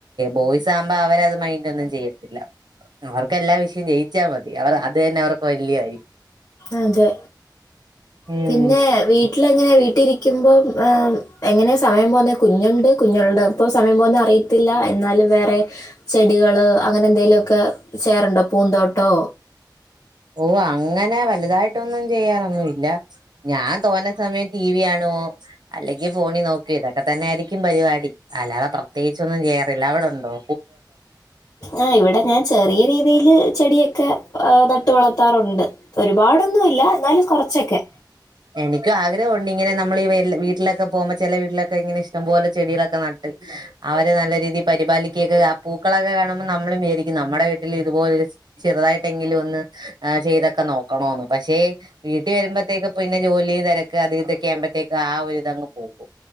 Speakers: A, on the right; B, on the left.
A: ബോയ്സ് ആകുമ്പോ അവരത് മൈൻഡ് ഒന്നും ചെയ്യത്തില്ല. അവർക്കെല്ലാം വിഷയം ജയിച്ചാൽ മതി അവർ അത് തന്നെ അവർക്ക് വലിയ കാര്യം
B: അതെ
A: ഉം
B: പിന്നെ വീട്ടിൽ എങ്ങനെ വീട്ടിൽ ഇരിക്ക ഇരി ക്കുമ്പോ എങ്ങനെ സമയം പോകുന്നെ കുഞ്ഞുണ്ട് കുഞ്ഞുണ്ട് ഇപ്പൊ സമയം പോവുന്നേ അറിയത്തില്ല എന്നാലും വേറെ ചെടികൾ അങ്ങനെ എന്തെലു മൊക്കെ ഒക്കെ ചെയ്യാറുണ്ടോ പൂന്തോട്ടോ
A: ഓ അങ്ങനെ വലുതായിട്ടൊന്നും ചെയ്യാറൊന്നുമല്ല ഞാൻ തോന്ന സമയം ടി വി കാണുവോ അല്ലെങ്കിൽ ഫോണിൽ നോക്കുവോ ഇതൊക്കെ തന്നെ ആയിരിക്കും പരിപാടി അല്ലാതെ പ്രത്യേകിച്ചൊന്നും ചെയ്യാറില്ല അവിടെണ്ടോ
B: ആ ഇവിടെ ഞാൻ ചെറിയ രീതി എൻ്റെയിൽ ചെടിയൊക്കെ നട്ട് വളർത്താറുണ്ട് ഒരുപാടൊന്നും ഇല്ല എന്നാലും കുറച്ചൊക്കെ
A: എനിക്കും ആഗ്രഹമുണ്ട് ഇങ്ങനെ നമ്മൾ ഈ വീട്ടിലൊക്കെ പോകുമ്പോൾ ചില വീട്ടിലൊക്കെ ഇങ്ങനെ ഇഷ്ടം പോലെ ചെടികളൊക്കെ നട്ട് അവർനല്ല രീതിയിൽ പരിപാലിക്കുമൊക്കെ ആ പൂക്കളൊക്കെ കാണുമ്പോൾ നമ്മളും വിചാരിക്കും നമ്മുടെ വീട്ടിൽ ഇതുപോലൊരു ചെറുതായിട്ട് എങ്കിലും ഒന്ന് ചെയ്തൊക്കെ നോക്കമെണന്ന് പക്ഷേ വീട്ടിൽ വരുമ്പോത്തേക്കും പിന്നെ ജോലി തിരക്ക് അത് ഇതൊക്കെ ആവുമ്പോഴത്തേക്ക് ആ ഒരു ഇതങ്ങ് പോകും